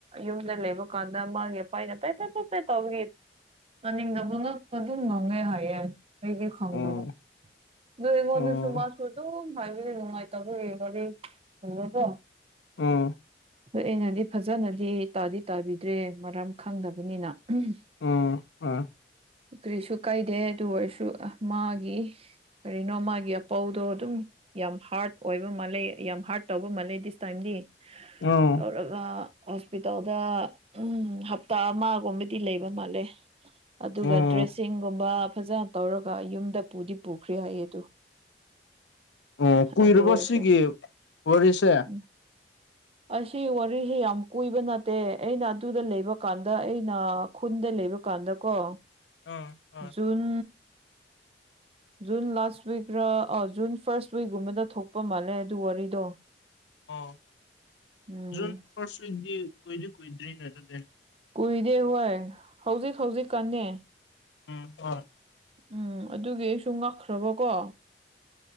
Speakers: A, on the right; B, on the left.
A: ꯌꯨꯝꯗ ꯂꯩꯕ ꯀꯥꯟꯗ ꯃꯥꯒꯤ ꯑꯄꯥꯥꯏꯅ ꯇꯩ ꯇ ꯇ ꯇ ꯇꯧꯈꯤ ꯆꯥꯅꯤꯡꯗꯕ ꯉ ꯑꯗꯨꯝ ꯉꯪꯉꯦ ꯍꯥꯏꯌꯦꯦ ꯑꯩꯒꯤ ꯈꯪꯗꯅ
B: ꯑꯣ
A: ꯅꯣꯏ ꯑꯉꯣꯟꯗꯁꯨ
B: ꯑꯣ
A: ꯃꯁꯨ ꯑꯗꯨꯝ ꯍꯥꯏꯕꯤꯗꯤ ꯅꯨꯡꯉꯥꯏꯇꯕ ꯂꯩꯕꯒꯤ ꯍꯕꯀꯣ
B: ꯎꯝ
A: ꯑ ꯑꯩꯅꯗꯤ ꯐꯖꯅꯗꯤ ꯇꯥꯗꯤ ꯇꯥꯕꯤꯗ꯭ꯔꯦ ꯃꯔꯝ ꯈꯪꯗꯕꯅꯤꯅ ꯎꯝ
B: ꯑꯥ ꯑꯥ
A: ꯀꯔꯤꯁꯨ ꯀꯩꯗꯦ ꯑꯗꯨ ꯑꯣꯏꯔꯁꯨ ꯃꯥꯒꯤ ꯀꯔꯤꯅꯣ ꯃꯥꯒꯤ ꯑꯄꯥꯎꯗꯣ ꯑꯗꯨꯝ ꯌꯥꯝ ꯍꯥꯔꯠ ꯑꯣꯏꯕ ꯃꯥꯜꯂꯦ ꯌꯥꯝ ꯍꯥꯔꯠ ꯇꯧꯕ ꯃꯥꯜꯂꯦ ꯗꯤꯁ ꯇꯥꯏꯝꯗꯤ
B: ꯑ
A: ꯇꯧꯔꯒ ꯍꯣꯁꯄꯤꯇꯥꯜꯗ ꯎꯝ ꯍꯞꯇꯥ ꯑꯃꯒꯨꯝꯕꯗꯤ ꯂꯩꯕ ꯃꯥꯜꯂꯦ ꯑꯗꯨꯒ
B: ꯑꯣ
A: ꯗ꯭ꯔꯦꯁꯤꯡꯒꯨꯝꯕ ꯐꯖꯅ ꯇꯧꯔꯒ ꯌꯨꯝꯗ ꯄꯨꯗꯤ ꯄꯨꯈ꯭ꯔꯔꯤ ꯍꯥꯏꯌꯦ ꯑꯗꯨ
B: ꯑꯣ ꯀꯨꯏꯔꯕ
A: ꯑꯗꯨ ꯑꯣꯏꯔꯁꯨ
B: ꯁꯤꯒꯤ ꯋꯥꯔꯤꯁꯦ
A: ꯎꯝ ꯑꯁꯤ ꯋꯥꯔꯤꯁꯤ ꯌꯥꯝ ꯀꯨꯏꯕ ꯅꯠꯇꯦ ꯑꯩꯅ ꯑꯗꯨꯗ ꯂꯩꯕ ꯀꯥꯟꯗ ꯑꯩꯅ ꯈꯨꯟꯗ ꯂꯩꯕ ꯀꯥꯟꯗꯀꯣ
B: ꯑ ꯍ
A: ꯖꯨꯟ ꯖꯨꯟ ꯂꯥꯁ ꯋꯤꯛꯔꯥ ꯑ ꯖꯨꯟ ꯐꯥꯔꯁ ꯋꯤꯛꯀꯨꯝꯕꯗ ꯊꯣꯛꯄ ꯃꯥꯜꯂꯦ ꯑꯗꯨ ꯋꯥꯔꯤꯗꯣ
B: ꯑꯣ
A: ꯎꯝ
B: ꯖꯨꯟ ꯐꯥꯔꯁ ꯋꯤꯛꯗꯤ ꯀꯨꯏꯗꯤ ꯀꯨꯏꯗ꯭ꯔꯤꯅꯦ ꯑꯗꯨꯗꯤ
A: ꯀꯨꯏꯗꯦ ꯍꯣꯏ ꯍꯧꯖꯤꯛ ꯍꯧꯖꯤꯛ ꯀꯟꯅ
B: ꯎꯝ ꯑꯥ
A: ꯎꯝ ꯑꯗꯨꯒꯤ ꯑꯩꯁꯨ ꯉꯛꯈ꯭ꯔꯕꯀꯣ